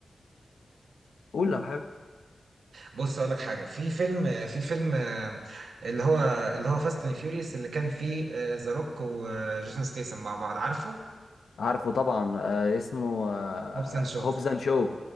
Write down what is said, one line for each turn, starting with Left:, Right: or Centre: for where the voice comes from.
Left: قول لو حابب
Right: بص اقول لك حاجه في فيلم في فيلم آه، اللي هو اللي هو فاست اند فيوريوس اللي كان فيه ذا روك وجيسون ستيسن مع بعض عارفه
Left: عارفه طبعا آه، اسمه
Right: موبس اند شوز
Left: هوبز اند شو